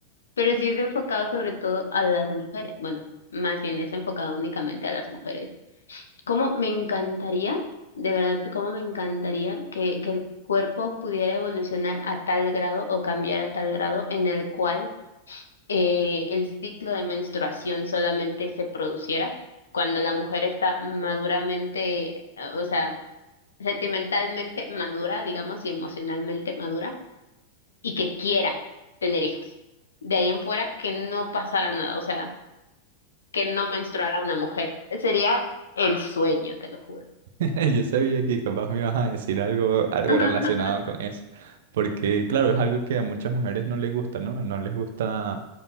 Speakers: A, on the left (about 70°); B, on the right (about 55°).
A: Pero sí es enfocado sobre todo a las mujeres. Bueno, más bien es enfocado únicamente a las mujeres. cómo me encantaría, de verdad, cómo me encantaría que, que el cuerpo pudiera evolucionar a tal grado o cambiar a tal grado en el cual eh, el ciclo de menstruación solamente se produciera cuando la mujer está maduramente, eh, o sea, sentimentalmente madura, digamos, y emocionalmente madura, y que quiera tener hijos. De ahí en fuera, que no pasara nada, o sea, que no menstruara una mujer. Sería el sueño, te lo juro.
B: <laughs> Yo sabía que capaz me ibas a decir algo, algo
A: <laughs>
B: relacionado con eso, porque claro, es algo que a muchas mujeres no les gusta, ¿no? No les gusta